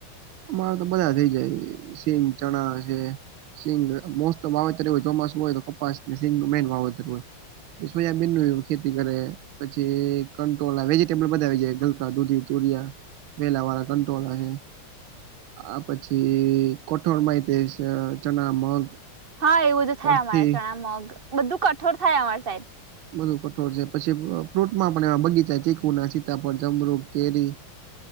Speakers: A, on the right; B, on the right.
A: અમારે તો બધા થઇ જાય સિંગ ચણા છે. સિંગ મોસ્ટ વાવેતર હોય ચોમાસું હોય તો કપાસ સિંગ નું મેન વાવેતર હોય. એ સોયાબીન નું એમ ખેતી કરે. પછી કંટોળ વેજીટેબલ બધા આવી જાય ગલકા દૂધી તુરિયા. વેલા વાળા કટ્રોલા છે. આ પછી કોઠોળ માય તે ચણા મગ.
B: હા એવું બધું થાય
A: અડથી
B: અમારા ચણા મગ બધું કઠોર થાય અમારા સાઈડ.
A: બધું કઠોર છે પછી ફ્રૂટમાં પણ એ બગીચા ચીકુ ના સીતાફળ જમરૂખ કેરી.